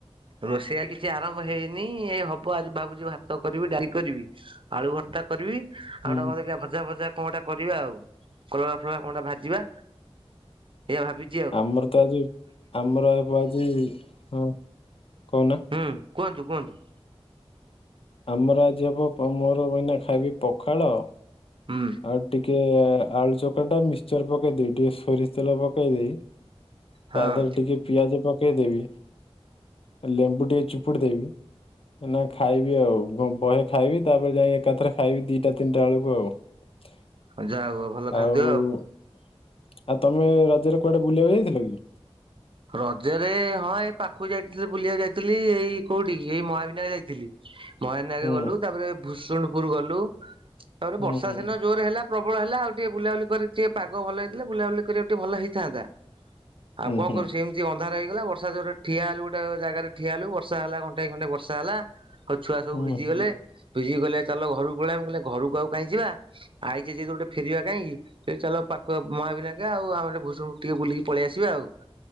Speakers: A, on the right (about 55°); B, on the left (about 60°).
A: ରୋଷେଇ କିଛି ଆରମ୍ଭ ହେଇନି ଏଇ ହବ ଆଜି ଭାବୁଛି ଭାତ କରିବି ଡାଲି କରିବି ଆଳୁ ଭର୍ତ୍ତା କରିବି ଆଉ
B: ହୁଁ
A: ଗୋଟେ କଣ ଭଜା ଭଜା କଣ ଗୋଟେ କରିବା ଆଉ କଲରା ଫଲରା କଣଟା ଭାଜିବା ଏଇଆ ଭାବି
B: ଆମର ତ ଆଜି ଆମର ଆଜି ହଁ କହୁନା।
A: ହୁଁ କୁହନ୍ତୁ କୁହନ୍ତୁ
B: ଆମର ଆଜି ହେବ ମୋର ଅଇନା ଖାଇବି ପଖାଳ
A: ହୁଁ
B: ଆଉ ଟିକେ ଆଳୁ ଚକଟା ମିକ୍ସଚର ପକେଇ ଦେଇ ଟିକେ ସୋରିଷ ତେଲ ପକେଇ ଦେବି
A: ହଁ
B: ତା ଦେରେ ଟିକେ ପିଆଜ ପକେଇଦବି ଲେମ୍ବୁ ଟିକେ ଚିପୁଡି ଦେବି ନା ଖାଇବି ଆଉ ବହେ ଖାଇବି ତାପରେ ଯାଇ ଏକାଥରେ ଖାଇବି ଦିଟା ତିନିଟା ବେଳକୁ ଆଉ ଆଉ
A: ଯାହା ହଉ ଭଲ ଖାଦ୍ୟ
B: ଆଉ ତମେ ରଜରେ କୁଆଡେ ବୁଲିବାକୁ ଯାଇଥିଲ କି
A: ରଜରେ ହଁ ଏଇ ପାଖକୁ ଯାଇଥିଲି ବୁଲିବାକୁ ଯାଇଥିଲି ଏଇ କୋଉଠି କି ଏଇ ମହାବିନାୟ ଯାଇଥିଲି ମହାୟାନ
B: ହୁଁ
A: ଗଲୁ ତାପରେ ଭୁଷୁଣ୍ଡପୁର ଗଲୁ ତାପରେ
B: ହୁଁ
A: ବର୍ଷା
B: ହୁଁ
A: ସିନା ଜୋରେ ହେଲା ପ୍ରବଳ ହେଲା ଆଉ ଟିକେ ବୁଲାବୁଲି କରି ଟିକେ ପାଗ ଭଲ ହେଇଥିଲେ ବୁଲାବୁଲି କରିବାକୁ ଟିକେ ଭଲ ହେଇଥାନ୍ତା। ଆଉ
B: ହୁଁ
A: କଣ
B: ହୁଁ
A: କରୁ ସେମିତି ଅନ୍ଧାର ହେଇଗଲା ବର୍ଷା ଜରେ ଠିଆ ହେଲା ଗୋଟେ ଜାଗାରେ ଠିଆ ହେଲୁ ବର୍ଷା ହେଲା ଘ ଘଣ୍ଟାଏ ଖଣ୍ଡେ ବର୍ଷା ହେଲା ଆଉ ଛୁଆ ସବୁ
B: ହୁଁ
A: ଭିଜି
B: ହୁଁ
A: ଗଲେ ଭିଜିଗଲେ ଚାଲ ଘରକୁ ପଳେଇବା ମୁଁ କଇଲି ଘରକୁ ଆଉ କାହିଁ ଯିବା ଆଇ ଯେ ଗୋଟେ ଫେରିବା କାହିଁକି ସେ ଚାଲ ପାଖ ମହାବିନାୟକ ଆଉ ଆମର ଭୂଷଣ୍ତ ଟିକେ ବୁଲିକି ପଳେଇ ଆସିବା ଆଉ